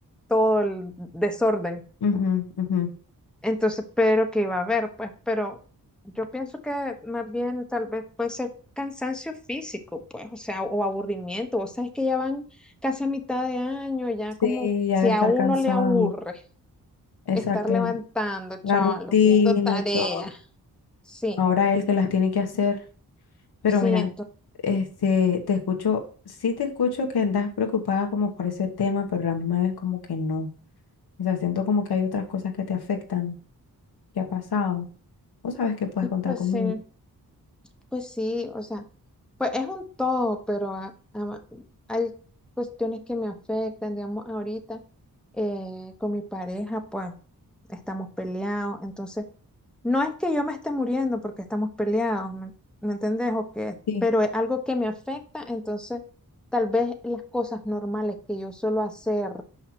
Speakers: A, in the centre; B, on the left (about 80°).
A: todo el desorden.
B: Ujú, ujú.
A: Entonces, pero que iba a haber, pues, pero yo pienso que más bien tal vez puede ser cansancio físico, pues, o sea, o aburrimiento. Vos sabés que ya van casi a mitad de año, ya
B: Sí,
A: como
B: ya
A: si
B: debe
A: a
B: estar
A: uno
B: cansado.
A: le aburre
B: Exacto,
A: estar levantando,
B: la
A: chavalos,
B: rutina
A: viendo tareas.
B: y todo.
A: Sí,
B: Ahora él que las tiene que hacer. Pero
A: sí,
B: mira,
A: entonces,
B: este, te escucho, sí te escucho que andas preocupada como por ese tema, pero a la misma vez como que no. O sea, siento como que hay otras cosas que te afectan, que ha pasado. Vos sabes que puedes contar
A: pues
B: conmigo.
A: sí. Pues sí, o sea, pues es un todo, pero a- a- hay cuestiones que me afectan, digamos, ahorita eh, con mi pareja, pues estamos peleados, entonces no es que yo me esté muriendo porque estamos peleados, ¿me, me entendés? O que,
B: Sí,
A: pero es algo que me afecta, entonces tal vez las cosas normales que yo suelo hacer